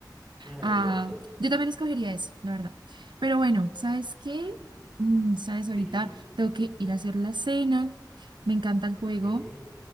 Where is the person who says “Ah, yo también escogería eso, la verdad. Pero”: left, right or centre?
Right